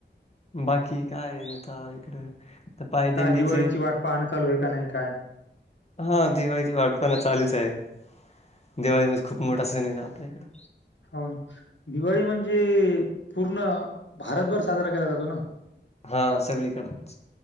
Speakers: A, on the left; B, on the left.
A: बाकी काय आता इकड. तर पायदिंडीची
B: काय दिवाळीची वाट पाहणं चालू आहे का नाही काय.
A: हा दिवाळीची वाटपण चालूच आहे. दिवाळी म्हणजे खूप मोठा सण आहेेत ना आपल्याकडं.
B: हो दिवाळी म्हणजे पूर्ण भारतभर साजरा केला जातो ना.
A: हा सगळीकडच.